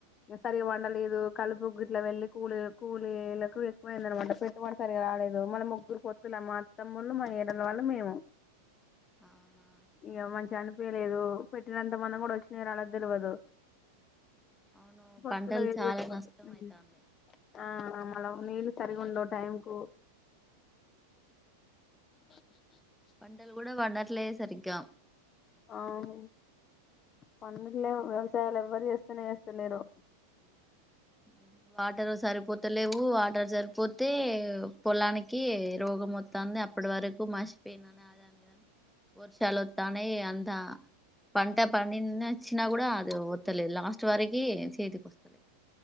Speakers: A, on the left; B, in the centre.
A: సరి వండలేదు కలుపు ఇట్లా వెళ్ళి కూలీల కూలీలకు ఎక్కువయిందనమాట పెట్టుబడి సరిగ రాలేదు మళ్ళి ముగ్గురి పొత్తుల మా అత్తమ్మోలు మా ఏరలు వాళ్ళు మేము
B: అవునా
A: ఇక మంచిగ అనిపియలేదు పెట్టినంత మన కూడా వచ్చినయో రాలేదో తెలవదు
B: అవును
A: పొత్తుల
B: పంటలు
A: ఏది
B: చాలా
A: పెట్టుకోవదు
B: నష్టం
A: ఊ
B: అయితాంది
A: ఆ మళ నీళ్లు సరిగ ఉండవు టైం కు <unintelligible>
B: పంటలు కూడా పండట్లే సరిగా
A: ఆవు పండట్లేవు వ్యవసాయాలు ఎవ్వరు చేస్తేనే చేస్తలేరు
B: ఊ వాటరు సరిపోత లేవు వాటర్ సరిపోతే పొలానికి రోగం మొత్తాంది అని అప్పుడు వరకు మాశిపోందని అదని ఇదని వర్షాలు వతనయి ఇగ అంతా పంట పండినచ్చినా కూడా అది వత్తలేదు లాస్ట్ వరకి చేతికి వస్తది